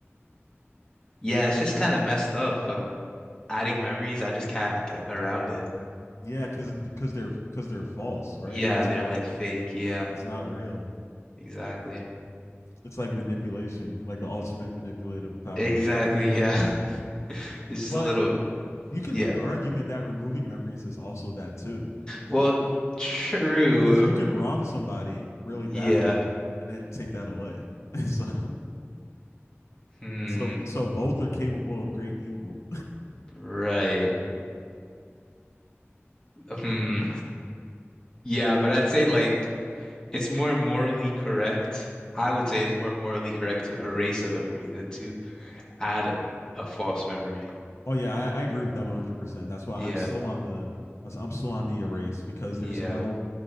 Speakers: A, on the left; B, on the left.
A: yeah, it's just kind of messed up. But adding memories, I just can't get around it.
B: Yeah, because because they're because they're false, right?
A: Yeah,
B: It's
A: they're
B: not
A: like fake. Yeah.
B: it's not real.
A: Exactly.
B: It's like manipulation, like the ultimate manipulative power.
A: Exactly. Yeah. <laughs> It's
B: But
A: just a little.
B: you can
A: Yeah.
B: make the argument that removing memories is also that too,
A: Well, true.
B: because you can wrong somebody really badly
A: Yeah.
B: and then take that away. <laughs> so,
A: Hmm.
B: so, so both are capable of great evil.
A: Right. Hmm. Yeah, but I'd say like. it's more morally correct. I would say it's more morally correct to erase a memory than to add a false memory.
B: Oh yeah, I, I agree with that one hundred percent. That's
A: Yeah,
B: why I'm still on the I'm still on the erase because
A: yeah,
B: there's no